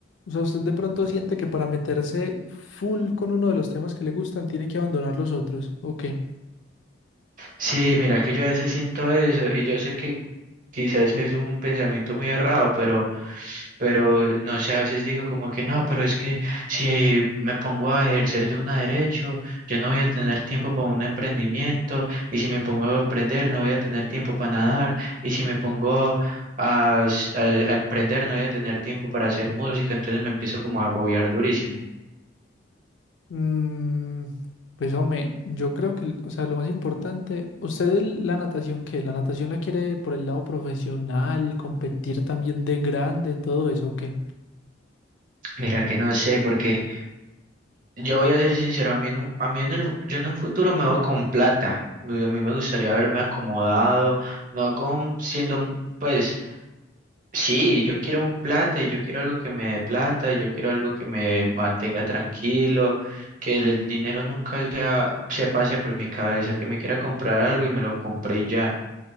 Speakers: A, on the left (about 75°); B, on the right (about 45°).
A: O sea, usted de pronto siente que para meterse full con uno de los temas que le gustan, tiene que abandonar los otros, ¿o qué?
B: Sí, mira que yo a veces siento eso y yo sé que quizás es un pensamiento muy errado, pero, pero no sé, a veces digo como que no, pero es que si me pongo a ejercer de una derecho, yo no voy a tener tiempo para un emprendimiento y si me pongo a emprender no voy a tener tiempo para nadar y si me pongo a, s- a- a emprender no voy a tener tiempo para hacer música, entonces me empiezo como a agobiar durísimo.
A: Mm, pues hombre, yo creo que, o sea, lo más importante, ¿usted el- la natación qué? ¿La natación la quiere por el lado profesional, competir también de grande, todo eso, o qué?
B: Mira que no sé porque Yo voy a ser sincero, a mí, en un- a mí en el, yo en un futuro me veo con plata. y A mí me gustaría haberme acomodado, no con siendo, un- pues, sí, yo quiero plata y yo quiero algo que me dé plata y yo quiero algo que me mantenga tranquilo, que el, el dinero nunca sea, se pase por mi cabeza, que me quiera comprar algo y me lo compré y ya